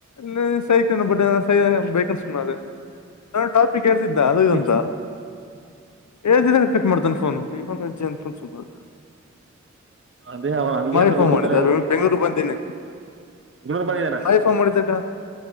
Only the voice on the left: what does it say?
ನಾ ಸಾಯ್ತೀನಿ ಬಡ್ಡೆದೆ ಸಾಯಿ ಬೇಕಂತ ಸುಮ್ಮ ಆದೇ, <unintelligible> ಆವ ಟಾಪಿಕ್ ಹೇಳ್ತಿದ್ದ ಅದು ಇದು
ಅಂತ? <unintelligible> ಎಸ್ಟ್ ದಿನಾ ಕಟ್ ಮಾಡ್ತಾನ್ ಫೋನು ಹಿಡಕೊಂಡ ಜಜ್ಜ ಅವನ. <unintelligible> ಹುಚ್ ಸುಮಗ
ಹೋಳಿ
ಫೋನ್
ಮಾಡಿದಾ ನಾನ ಬೆಂಗಗಳೂರು ಬಂದೇನಿ. <unintelligible>
ಅ
ಮಹಿ ಫೋನ್ ಮಾಡಿದ್ದಾ ಕಣೋ